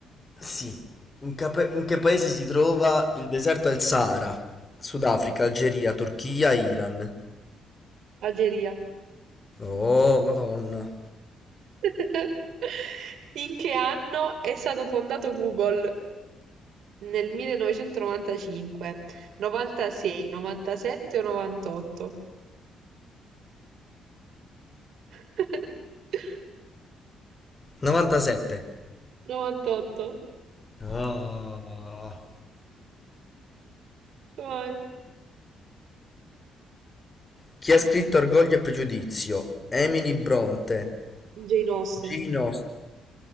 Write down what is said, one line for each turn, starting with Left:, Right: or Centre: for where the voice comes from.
Left: Sì. In, cape- in che paese si trova il deserto del Sahara? Sudafrica, Algeria, Turchia, Iran.
Right: Algeria.
Left: Oh, Madonna.
Right: <laughs> In che anno è stato fondato Google? Nel 1995, 96, 97 o 98? <laughs>
Left: 97.
Right: 98. <laughs>
Left: Ah.
Right: Vai.
Left: Chi ha scritto Orgoglio e Pregiudizio? Emily Bronte.
Right: Jane Austen.
Left: Gino.